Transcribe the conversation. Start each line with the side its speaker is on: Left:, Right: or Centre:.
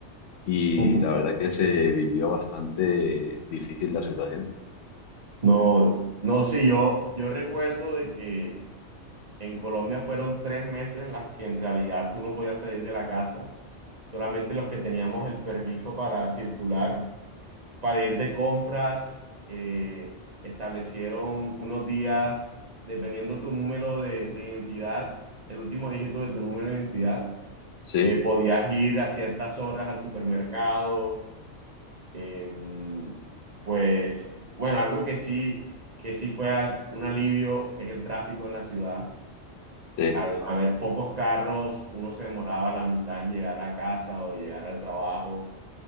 Left: y
Right: <laughs>
Left: la verdad que se vivió bastante difícil la situación.
Right: no, no, sí, yo, yo recuerdo de que en Colombia fueron tres meses en las que en realidad tú no podías salir de la casa, solamente los que teníamos el permiso para circular para ir de compras, eh, establecieron unos días, dependiendo tu número de, de identidad, el último dígito de tu número de identidad,
Left: Sí,
Right: eh, podías ir a ciertas horas al supermercado. em, pues, bueno, algo que sí, que sí fue al- un alivio es el tráfico en la ciudad.
Left: sí,
Right: Al haber pocos carros, uno se demoraba la mitad en llegar a casa o llegar al trabajo